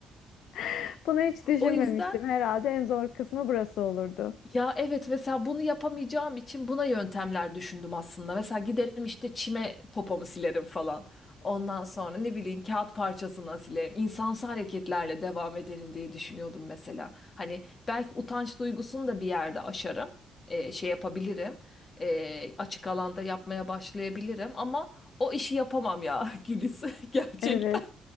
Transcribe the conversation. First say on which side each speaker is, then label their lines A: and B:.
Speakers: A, on the left; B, on the left.
A: <laughs> Bunu hiç düşünmemiştim.
B: O yüzden
A: Herhalde en zor kısmı burası olurdu.
B: Ya evet mesela bunu yapamayacağım için buna yöntemler düşündüm aslında. Mesela giderim işte çime popomu silerim falan. Ondan sonra ne bileyim kağıt parçasına silerim. İnsansı hareketlerle devam ederim diye düşünüyordum mesela. Hani belki utanç duygusunu da bir yerde aşarım. Ee, şey yapabilirim. Ee, açık alanda yapmaya başlayabilirim ama o işi yapamam ya <laughs> Gülis <laughs> gerçekten.
A: Evet.